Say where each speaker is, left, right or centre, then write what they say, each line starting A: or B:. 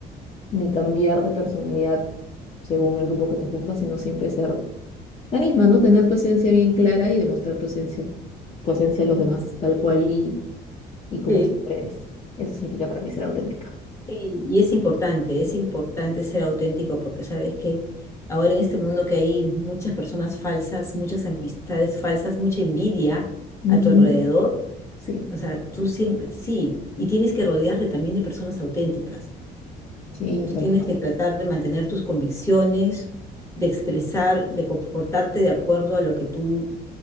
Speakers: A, on the left (about 40°); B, on the left (about 15°).
A: ni cambiar de personalidad según el grupo que te juntas, sino siempre ser la misma, ¿no? Tener tu esencia bien clara y demostrar tu esencia, tu esencia a los demás, tal cual y, y como
B: Sí.
A: siempre eres. Eso significa para mí ser auténtica.
B: Sí, y es importante, es importante ser auténtico porque sabes que ahora en este mundo que hay muchas personas falsas, muchas amistades falsas, mucha envidia
A: Ujú.
B: a tu alrededor,
A: Sí,
B: o sea, tú siempre, sí, y tienes que rodearte también de personas auténticas.
A: sí,
B: Tú
A: tal
B: tienes
A: cual.
B: que tratar de mantener tus convicciones, de expresar, de comportarte de acuerdo a lo que tú